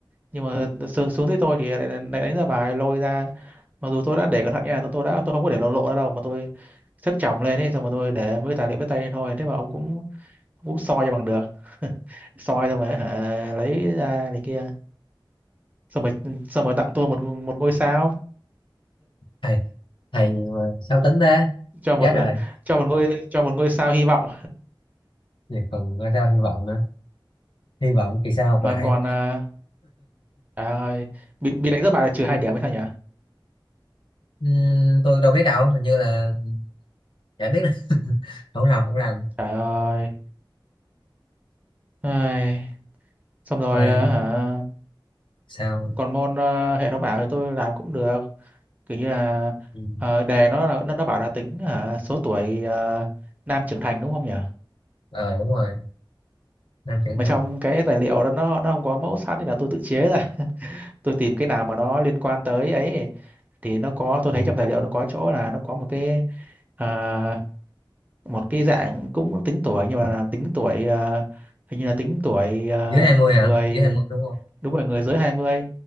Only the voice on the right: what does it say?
nhưng mà xuống, xuống tới tôi thì lại, lại đánh dấu bài lôi ra mặc dù tôi đã để cẩn thận nha tôi tôi đã tôi không có để lộ lộ ra đâu mà tôi xếp chồng lên ấy xong mà tôi để mấy cái tài liệu với tay lên thôi thế mà ông cũng cũng soi cho bằng được <laughs> soi xong rồi hả lấy ra này kia xong rồi xong rồi tặng tôi một một ngôi sao
cho một
cho một ngôi cho một ngôi sao hy vọng
mà
còn à, trời ơi bị bị đánh rất bài là trừ hai điểm hay sao nhỉ
trời ơi Ai, xong rồi
à, hả
còn môn à, hệ thống ảo thì tôi làm cũng được kiểu như là
à, đề nó là nó, nó bảo là tính hả số tuổi à, nam trưởng thành đúng không nhỉ
mà
trong cái tài liệu đó nó nó không có mẫu sẵn nên là tôi tự chế ra tôi tìm cái nào mà nó liên quan tới ấy thì nó có tôi thấy
trong tài liệu nó có chỗ là nó có một cái à, một cái dạng cũng tính tuổi nhưng mà là tính tuổi à, hình như là tính tuổi à,
người
đúng rồi người dưới hai mươi